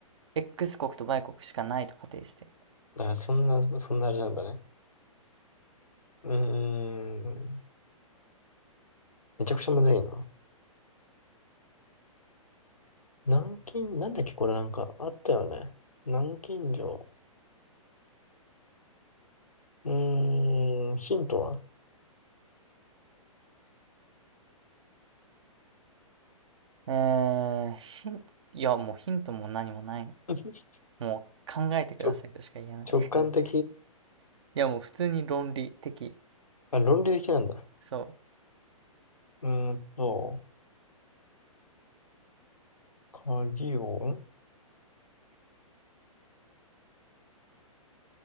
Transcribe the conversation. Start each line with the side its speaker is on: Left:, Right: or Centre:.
Right: X 国と Y 国しかないと仮定して。
Left: あ、そんな、そんなあれなんだね。うーん。めちゃくちゃむずいな。南京、なんだっけこれなんかあったよね。南京錠。うーん、ヒントは
Right: うーん、ヒン、いや、もうヒントも何もないね。
Left: <laughs>
Right: もう考えてくださいとしか言えない。
Left: 直、直感的
Right: <laughs> いや、もう普通に論理的。
Left: あ、論理的なんだ。
Right: そう、
Left: うーんと、鍵を、ん